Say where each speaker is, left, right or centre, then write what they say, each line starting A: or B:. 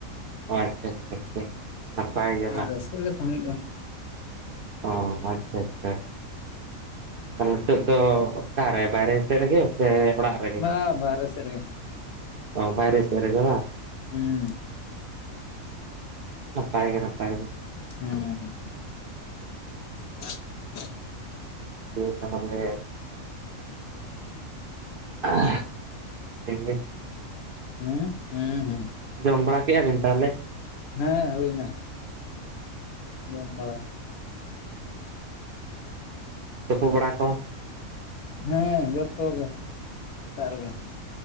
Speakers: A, on the right; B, on the left.
A: ᱚ ᱟᱪᱪᱷᱟ ᱟᱪᱪᱷᱟ᱾ ᱱᱟᱯᱟᱭ ᱜᱮ
B: ᱦᱮᱸ
A: ᱚᱱᱟ
B: ᱟᱨ ᱨᱟᱹᱥᱠᱟᱹ ᱨᱮᱜᱮ ᱛᱟᱦᱮᱱ ᱦᱩᱭᱩᱜ-ᱟ᱾
A: ᱚ ᱟᱪᱪᱷᱟ ᱟᱪᱪᱷᱟ᱾ ᱟᱨ ᱱᱤᱛᱚᱜ ᱫᱚ ᱚᱠᱟᱨᱮ ᱵᱟᱭᱨᱮ ᱥᱮᱜ ᱨᱮᱜᱮ? ᱥᱮ ᱚᱲᱟᱜ ᱨᱮᱜᱮ,
B: ᱵᱟ ᱵᱟᱦᱨᱮ ᱥᱮᱫ ᱨᱮᱜᱮ
A: ᱚ ᱵᱟᱭᱨᱮ ᱥᱮᱫ ᱨᱮᱜᱮ ᱵᱟᱝ?
B: ᱦᱩᱸ᱾
A: ᱱᱟᱯᱟᱭ ᱜᱮ ᱱᱟᱯᱟᱭ ᱜᱮ᱾
B: ᱦᱩᱸ ᱾ <unintelligible>
A: ᱫᱤᱱ ᱠᱟᱞᱚᱢ ᱜᱮ <unintelligible> <unintelligible>
B: ᱦᱩᱸ, ᱦᱩᱸ ᱦᱩᱸ᱾
A: ᱡᱚᱢ ᱵᱟᱲᱟ ᱠᱮᱜ-ᱟ ᱵᱤᱱ ᱛᱟᱦᱚᱞᱮ?
B: ᱦᱮᱸ, ᱦᱩᱭᱱᱟ᱾ ᱡᱚᱢ ᱵᱟᱲᱟ᱾
A: ᱛᱳᱯᱳ ᱵᱟᱲᱟ ᱠᱚ᱾
B: ᱦᱮᱸ, ᱡᱚᱛᱛᱚ ᱜᱮ ᱥᱮᱛᱟᱜ ᱨᱮ ᱜᱮ᱾